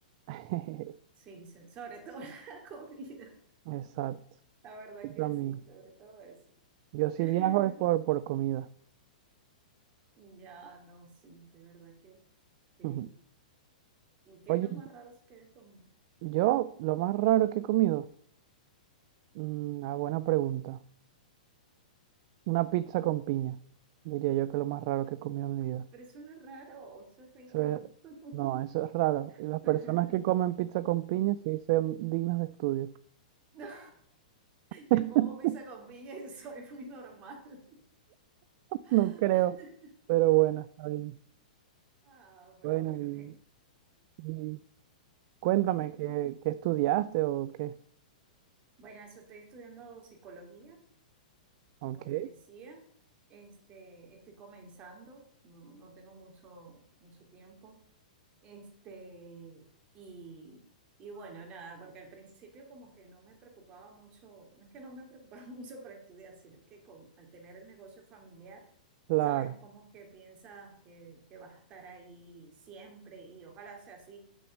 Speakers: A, on the right; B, on the right.
A: <laughs>
B: sí, so- sobre todo <laughs> la comida,
A: Exacto,
B: la verdad
A: yo
B: que
A: también.
B: sí, sobre todo eso.
A: Yo si
B: <laughs>
A: viajo es por, por comida.
B: Ya, no, sí, de verdad que, que,
A: Ujú.
B: ¿y qué
A: Oye,
B: es lo más raro si quieres comer?
A: yo lo más raro que he comido, mm, ah, buena pregunta. Una pizza con piña, diría yo que lo más raro que he comido en mi vida.
B: Pero eso no es raro, eso es rico.
A: Eso es-
B: <laughs>
A: no, eso es raro. Y las personas
B: <laughs>
A: que comen pizza con piña sí son dignas de estudio.
B: No,
A: <laughs>
B: yo como pizza con piña y soy muy normal. <laughs>
A: No creo, pero bueno, está bien.
B: Ah, pero
A: Bueno,
B: bueno,
A: y,
B: je-
A: y cuéntame,
B: en-
A: ¿qué, qué estudiaste o qué?
B: bueno, eso estoy estudiando psicología,
A: Ok.
B: como te decía, este, estoy comenzando, no, no tengo mucho, mucho tiempo. Este, y, y bueno, nada, porque al principio como que no me preocupaba mucho, no es que no me preocupaba <laughs> mucho para estudiar, sino que con, al tener el negocio familiar,
A: Claro,
B: sabes, como que piensas que, que vas a estar ahí siempre y ojalá sea así,